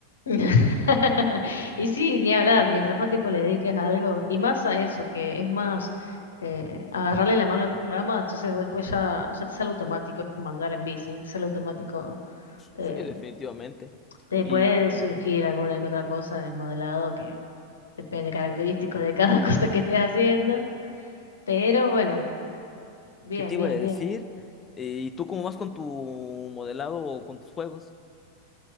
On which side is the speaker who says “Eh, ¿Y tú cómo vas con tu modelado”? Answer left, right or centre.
Left